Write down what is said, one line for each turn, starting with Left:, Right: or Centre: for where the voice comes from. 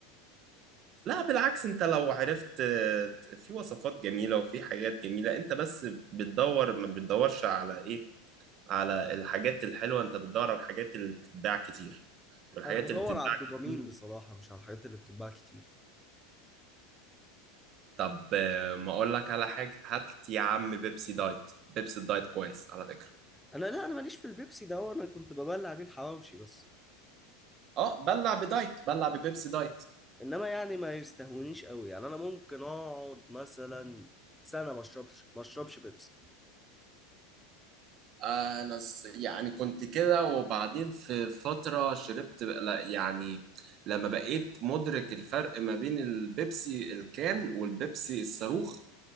Right: لا بالعكس انت لو عرفت ت- في وصفات جميله وفي حاجات جميله انت بس بتدور ما بتدورش على ايه على الحاجات الحلوه انت بتدور على الحاجات اللي بتتباع كتير والحاجات
Centre: انا بدور
Right: اللي بتتباع
Centre: على الدوبامين
Right: كتير
Centre: بصراحه مش على الحاجات اللي بتتباع كتير
Right: طب آه، ما اقول لك على حاجه هات يا عم بيبسي دايت بيبسي دايت كويس على فكره
Centre: انا لا انا ماليش في البيبسي ده هو انا كنت ببلع بيه الحواوشي بس
Right: اه بلع بدايت بلع ببيبسي دايت
Centre: انما يعني ما يستهونيش قوي يعني انا ممكن اقعد مثلا سنه ما اشربش ما اشربش بيبسي
Right: آه، انا س- يعني كنت كده وبعدين في فتره شربت بقى- لا يعني لما بقيت مدرك الفرق ما بين البيبسي الكان والبيبسي الصاروخ